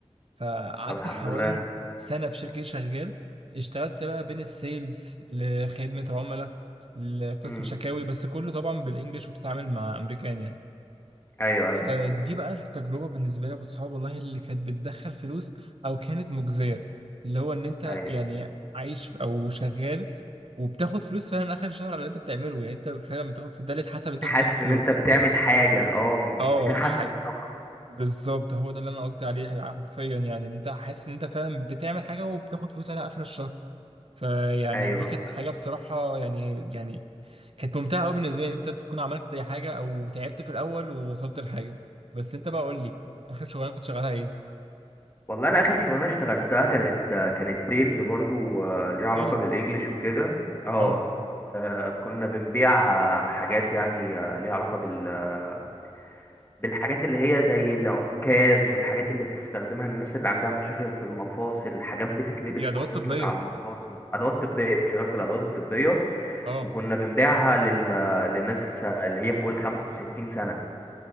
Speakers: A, on the right; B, on the left.
A: فقعدت
B: طب الحمد
A: حوالي
B: لله
A: سنة في شركة شغال اشتغلت بقى بين السيلز لخدمة عملاء لقسم
B: امم
A: شكاوي بس كله طبعا بالانجلش وبتتعامل مع امريكان يعني
B: ايوه
A: فدي
B: ايوه
A: بقى التجربة بالنسبة لي والصحاب والله اللي كانت بتدخل فلوس او كانت مجزية اللي هو ان انت
B: ايوه
A: يعني عايش في- او شغال وبتاخد فلوس فعلا اخر الشهر على اللي انت بتعمله يعني انت فعلا بتاخد في ده اللي اتحسب انت
B: حاسس
A: كنت بتاخد فلوس
B: ان انت بتعمل حاجة اه مش مش
A: اه
B: بتنحت في الصخر
A: بالظبط هو ده اللي انا قصدي عليه يعني حرفيا يعني ان انت حاسس ان انت فعلا بتعمل حاجه وبتاخد فلوس على اخر الشهر فيعني
B: ايوه
A: دي كانت حاجه بصراحه يعني يعني كانت ممتعه قوي بالنسبه لي ان انت تكون عملت أي حاجه او تعبت في الاول ووصلت لحاجه بس انت بقى قول لي اخر شغلانه كنت شغالها ايه
B: والله انا اخر شغلانه اشتغلتها كانت كانت سيلز برضو آه، ليها
A: سيلز
B: علاقه بالانجليش وكده اه
A: اه
B: آه، كنا بنبيع آه، حاجات يعني آه، ليها علاقه بال آه، بالحاجات اللي هي زي العكاز والحاجات اللي بتستخدمها الناس اللي عندها مشاكل في المفاصل حاجات بتتلبس
A: دي ادوات
B: تحافظ
A: طبيه
B: لك على المفاصل ادوات طبيه كنت شغال في الادوات الطبيه
A: اه
B: وكنا بنبيعها لل... آه، لناس آه، اللي هي فوق ال 65 سنه